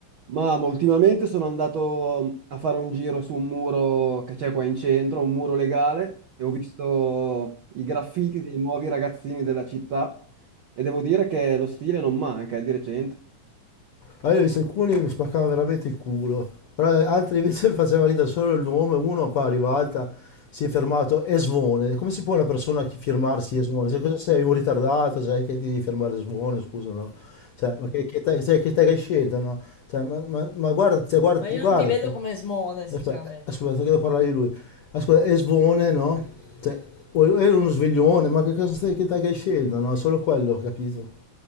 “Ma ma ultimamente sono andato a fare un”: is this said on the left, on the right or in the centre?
Right